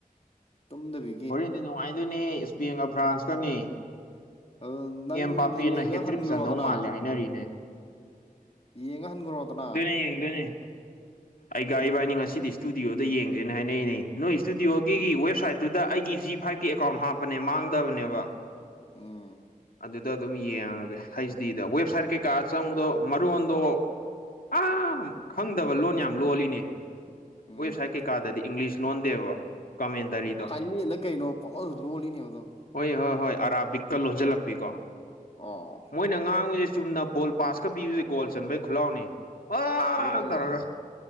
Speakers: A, on the left (about 40°); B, on the left (about 80°).
A: ꯇꯨꯝꯗꯕꯤ
B: ꯍꯣꯔꯦꯟꯅꯦ ꯅꯨꯡꯉꯥꯏꯗꯣꯏꯅꯦ ꯏꯁꯄꯦꯟꯒ ꯐ꯭ꯔꯥꯟꯁꯀꯅꯤ
A: ꯑꯗꯨ ꯅꯪ
B: ꯑꯦꯝ ꯕꯥꯄꯦꯅ
A: ꯌꯦꯡꯉ
B: ꯍꯦꯇ꯭ꯔꯤꯛ
A: ꯍꯟꯈ꯭ꯔꯣꯗꯅ
B: ꯆꯥꯟꯗꯧ ꯃꯥꯜꯂꯦ ꯍꯥꯏꯅꯔꯤꯅꯦ
A: ꯌꯦꯡꯉꯍꯟꯈ꯭ꯔꯣꯗꯅ
B: ꯌꯦꯡꯗꯣꯅꯤ ꯑꯩ ꯒ ꯏꯕꯥꯅꯤ ꯉꯁꯤꯗꯤ ꯏꯁꯇꯨꯗꯤꯑꯣꯗ ꯌꯦꯡꯁꯦꯅ ꯍꯥꯏꯅꯩꯅꯦ ꯅꯣꯏ ꯏꯁꯇꯨꯗꯤꯑꯣꯒꯤ
A: ꯎꯝ
B: ꯋꯦꯕꯁꯥꯏꯠꯇꯨꯗ ꯑꯩꯒꯤ ꯖꯤ ꯐꯥꯏꯚꯀꯤ ꯑꯦꯀꯥꯎꯟ ꯍꯥꯞꯄꯅꯦ ꯃꯥꯡꯗꯕꯅꯦꯕ
A: ꯑꯣ
B: ꯑꯗꯨꯗ ꯑꯗꯨꯝ ꯌꯦꯡꯉꯒꯦ ꯍꯩꯆ ꯗꯤꯗ ꯋꯦꯕꯁꯥꯏꯠ ꯀꯩꯀꯥ ꯆꯪꯕꯨꯗꯣ ꯃꯔꯣꯟꯗꯣ ꯑ ꯈꯪꯗꯕ ꯂꯣꯟ ꯌꯥꯝ ꯂꯣꯜꯂꯤꯅꯦ
A: ꯎꯝ
B: ꯋꯦꯕꯁꯥꯏꯠ ꯀꯩꯀꯥꯗꯗꯤ ꯏꯪꯂꯤꯁ ꯂꯣꯟꯗꯦꯕ ꯀꯃꯦꯟꯇꯔꯤꯗꯣ
A: ꯊꯥꯏꯂꯦꯟꯂ ꯀꯩꯅꯣ ꯄꯪ ꯂꯣꯜꯗ ꯂꯣꯜꯂꯤꯅꯦ ꯃꯗꯣ
B: ꯍꯣꯏ ꯍꯣꯏ ꯍꯣꯏ ꯑꯔꯥꯕꯤꯛꯀ ꯂꯣꯟꯖꯜꯂꯛꯄꯤꯀꯣ
A: ꯑꯣ
B: ꯃꯣꯏꯅ ꯉꯥꯡꯕꯁꯦ ꯆꯨꯝꯅ ꯕꯣꯜ ꯄꯥꯁꯀ ꯄꯤꯕꯁꯦ ꯒꯣꯜ ꯆꯟꯕꯒꯤ ꯈꯨꯠꯂꯥꯎꯅꯤ ꯑ
A: ꯑꯗꯨꯅ ꯑꯩꯁꯦ
B: ꯇꯧꯔꯒ